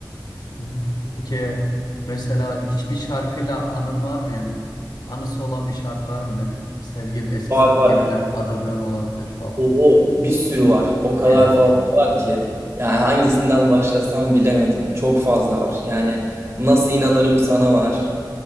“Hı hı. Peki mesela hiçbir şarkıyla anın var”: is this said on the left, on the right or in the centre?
Left